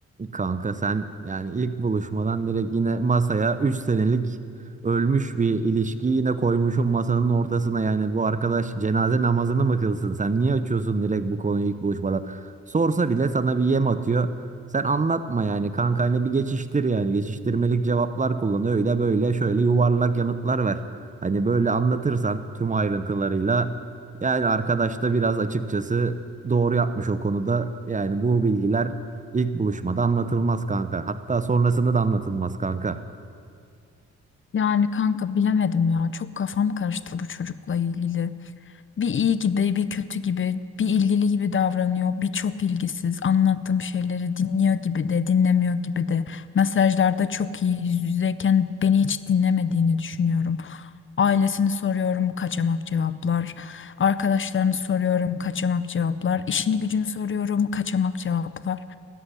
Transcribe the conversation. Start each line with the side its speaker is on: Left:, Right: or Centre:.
Right: Kanka sen yani ilk buluşmadan direkt yine masaya 3 senelik ölmüş bir ilişkiyi yine koymuşum masanın ortasına yani bu arkadaş cenaze namazını mı kılsın sen niye açıyorsun direkt bu konuyu ilk buluşmadan sorsa bile sana bir yem atıyor sen anlatma yani kankayla bir geçiştir yani geçiştirmelik cevaplar kullan öyle böyle şöyle yuvarlak yanıtlar ver hani böyle anlatırsan tüm ayrıntılarıyla yani arkadaş da biraz açıkçası doğru yapmış o konuda yani bu bilgiler İlk buluşmada anlatılmaz kanka. Hatta sonrasında da anlatılmaz kanka.
Left: Yani kanka bilemedim ya. Çok kafam karıştı bu çocukla ilgili. Bir iyi gibi, bir kötü gibi, bir ilgili gibi davranıyor, bir çok ilgisiz. Anlattığım şeyleri dinliyor gibi de, dinlemiyor gibi de. Mesajlarda çok iyi yüz yüzeyken beni hiç dinlemediğini düşünüyorum. Ailesini soruyorum, kaçamak cevaplar. Arkadaşlarını soruyorum, kaçamak cevaplar. İşini gücünü soruyorum, kaçamak cevaplar.